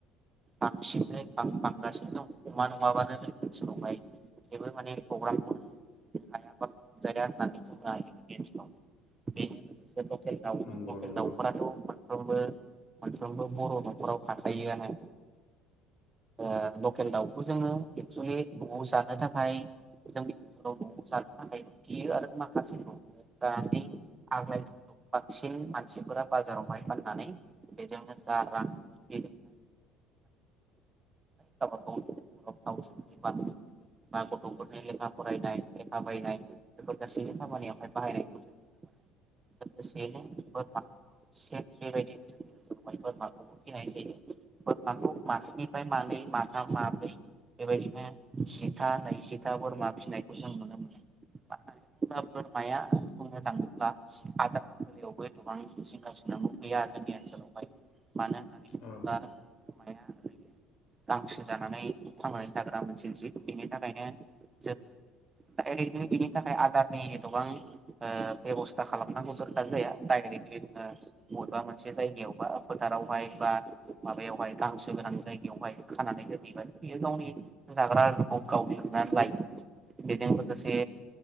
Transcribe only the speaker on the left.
नंगौ
नंगौ
औ